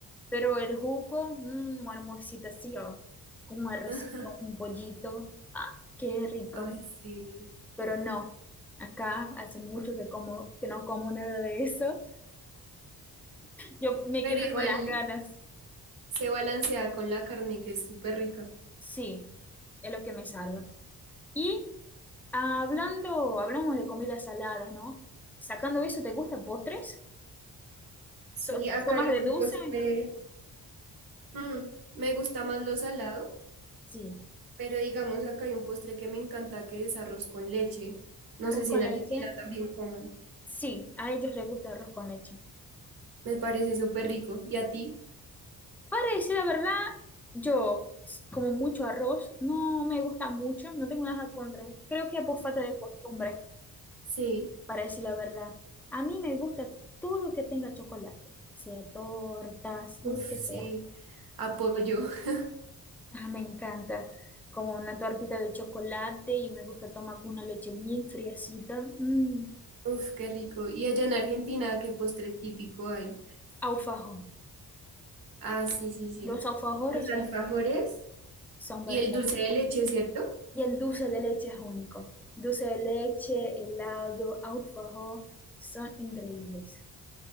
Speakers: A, in the centre; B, on the right.
A: Pero el jugo, mm, una almuercito así, o con un arrocito,
B: <laughs>
A: un pollito. Ah, qué rico.
B: Ay, sí.
A: Pero no, acá hace mucho que como, que no como nada de eso. Yo me
B: Pero
A: quedo
B: igual
A: con las ganas.
B: se balancea con la carne, que es súper rica.
A: Sí, es lo que me salva. Y ah, hablando, hablamos de comidas saladas, ¿no? Sacando eso, ¿te gustan postres?
B: Sí,
A: ¿So,
B: acá
A: so más
B: hay
A: de
B: un
A: dulce?
B: postre. mm, me gusta más lo salado,
A: Sí.
B: pero digamos acá hay un postre que me encanta que es arroz con leche. No
A: Arroz
B: sé si
A: con
B: en Argentina
A: leche.
B: también coman.
A: Sí, a ellos les gusta arroz con leche.
B: Me parece súper rico. ¿Y a ti?
A: Para decir la verdad, yo como mucho arroz, no me gusta mucho, no tengo nada contra. Creo que es por falta de costumbre,
B: Sí.
A: para decir la verdad. A mí me gusta todo que tenga chocolate, sea tortas,
B: Uf,
A: lo que
B: sí.
A: sea.
B: Apoyo. <laughs>
A: Ah, me encanta, como una tortita de chocolate y me gusta tomar con una leche bien friacita. Mm,
B: Uf, qué rico. ¿Y allá en Argentina qué postre típico hay?
A: alfajor.
B: Ah, sí, sí, sí.
A: Los alfajores
B: Los
A: son
B: alfajores
A: son
B: y
A: perfectos.
B: el dulce de leche, ¿cierto?
A: Y el dulce de leche es único. Dulce de leche, helado, alfajor, son increíbles.